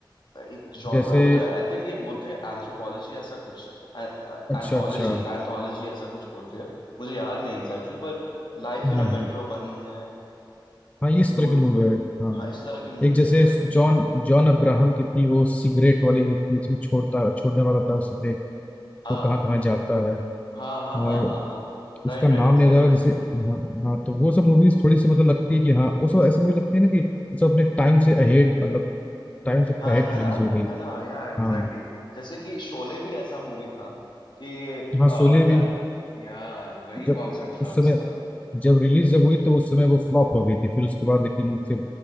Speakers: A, on the left; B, on the left.
A: एक जॉनरा
B: जैसे
A: होता है आई थिंक ये बोलते हैं एंथ्रोपोलॉजी ऐसा कुछ एंथोलॉजी
B: अच्छा अच्छा
A: एंथोलॉजी ऐसा कुछ बोलते हैं मुझे याद नहीं एग्जैक्टली exactly, पर लाइफ इन
B: हाँ
A: अ
B: हाँ
A: मेट्रो बनी है अ,
B: हाँ ये इस
A: लूट
B: तरह के मूवी है हाँ
A: हाँ इस तरह की मूवी
B: एक जैसे
A: बनी है
B: जॉन जॉन अब्राहम की थी वो सिगरेट वाली जो थी जिसमें छोड़ता छोड़ने वाला था वो सिगरेट
A: हाँ
B: तो कहाँ कहाँ जाता है
A: हाँ हाँ
B: और
A: हाँ हाँ हाँ
B: उसका
A: Right
B: नाम
A: right exactly
B: नहीं आ रहा जैसे हाँ हाँ तो वो सब मूवीज थोड़ी सी मतलब लगती है कि हाँ वो सब ऐसी मूवी लगती है ना कि वो सब अपने टाइम से अहेड मतलब टाइम से
A: हाँ
B: अहेड
A: है
B: रिलीज
A: ना
B: हो गई
A: है ना या Exactly
B: हाँ
A: exactly. जैसे कि शोले भी ऐसा मूवी था कि
B: हाँ
A: आ,
B: शोले
A: टा-
B: भी
A: यार वही
B: जब
A: कॉन्सेप्ट था
B: उस
A: उसका
B: समय जब रिलीज जब हुई तो उस समय वो फ्लॉप हो गई थी फिर उसके बाद लेकिन फिर